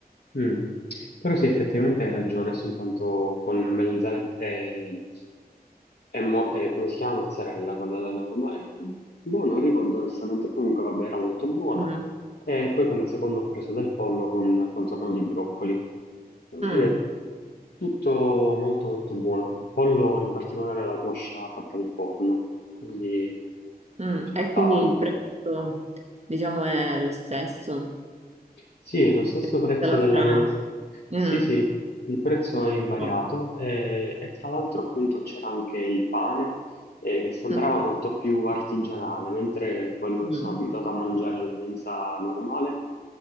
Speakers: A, on the left; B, on the right.
A: Mm. Però sì, effettivamente hai ragione, soltanto con melanzane e, e mo- e come si chiama mozzarella, quella alla norma. E, boh, non ricordo onestamente, comunque vabbè, era molto buona.
B: Mm,
A: E poi come secondo ho preso del pollo con contorno di broccoli. Devo
B: mm,
A: dire, tutto molto molto buono. Il pollo in particolare la coscia fatta al forno, quindi
B: mm.
A: ci
B: E
A: stava.
B: quindi il prezzo, diciamo, è lo stesso.
A: Sì, è lo stesso
B: Che
A: prezzo
B: tutta l'altra...
A: della mensa. Sì,
B: Mm,
A: sì, il prezzo è invariato
B: no.
A: eh, e, tra l'altro appunto c'era anche il pane eh, che sembrava
B: Mm,
A: molto più artigianale, mentre quello
B: mm,
A: che sono abituato a mangiare alla mensa normale